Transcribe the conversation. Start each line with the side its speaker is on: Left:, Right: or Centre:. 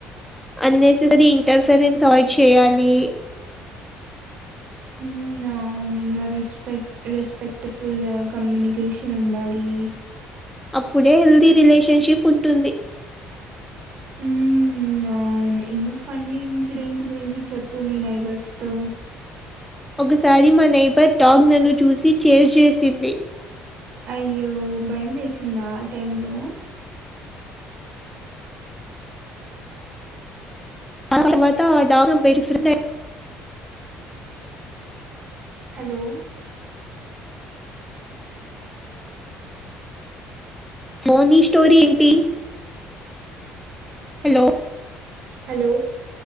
Centre: అన్ నెసెసరీ ఇంటర్ఫరెన్స్ అవాయిడ్ చేయాలి
Right: ఉమ్ అవును ఇంగా రెస్పెక్ట్ రెస్పెక్ట్ఫుల్ కమ్యూనికేషన్ ఉండాలి
Centre: అప్పుడే హెల్దీ రిలేషన్షిప్ ఉంటుంది
Right: ఉమ్ అ అవును ఇంకా ఫన్నీ ఇన్సిడెంట్స్ గురించి చెప్పు మీ నైబర్స్ తో
Centre: ఒకసారి మా నైబర్ డాగ్ నన్ను చూసి చేజ్ చేసింది
Right: అయ్యో భయం వేసిందా ఆ టైమ్ లో
Centre: అ తర్వాత ఆ డాగ్ బేస్ట్ ఫ్రె
Right: హలో
Centre: మోనీ స్టోరీ ఏంటి హలో
Right: హలో